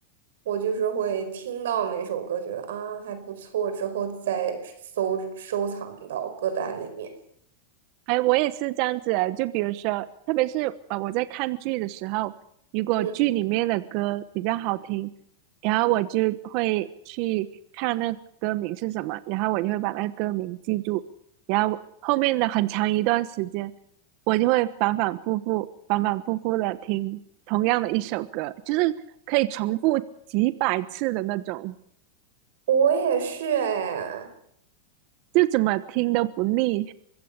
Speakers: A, on the right; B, on the right.
A: 我就是会听到哪首歌，觉得啊还不错，之后再搜收藏到歌单里面。
B: 哎，我也是这样子的，就比如说，特别是呃，我在看剧的时候，如果剧里面的歌比较好听，
A: 嗯，
B: 然后我就会去看那个歌名是什么，然后我就会把那个歌名记住，然后后面的很长一段时间，我就会反反复复、反反复复的听同样的一首歌，就是可以重复几百次的那种，
A: 我也是哎，
B: 就怎么听都不腻，